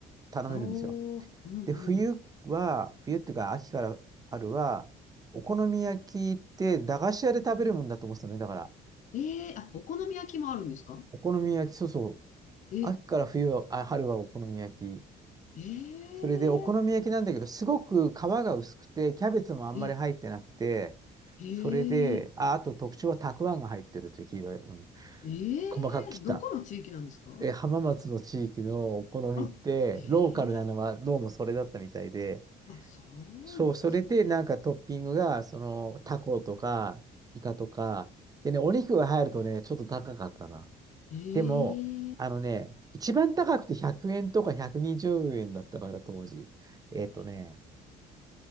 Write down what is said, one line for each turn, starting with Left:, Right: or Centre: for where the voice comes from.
Right: 頼めるんですよ。
Left: おおー、うんうん。
Right: で、冬は、冬っていうか秋から春は、お好み焼きって駄菓子屋で食べるもんだと思ってたのね。だから、
Left: ええーあ、お好み焼きもあるんですか
Right: お好み焼き、そうそう、
Left: え、
Right: 秋から冬は、あ、春はお好み焼き。
Left: ええー
Right: それでお好み焼きなんだけど、すごく皮が薄くて、キャベツもあんまり入ってなくて、
Left: え、へえ、
Right: それで、あ、あと特徴はたくあんが入ってるっていう黄色い、うん、
Left: ええ、
Right: 細かく切った。
Left: どこの地域なんですか
Right: え、浜松の地域のお好みって、
Left: あ、へ
Right: ローカルなのはどうもそれだったみたいで、
Left: え、あ、そ
Right: そう、
Left: うなんですね。
Right: それでなんかトッピングが、その、タコとか、イカとか、でね、お肉が入るとね、ちょっと高かったな。
Left: え
Right: でも、
Left: え、
Right: あのね、一番高くて100円とか120円だったから当時。えっとね、
Left: え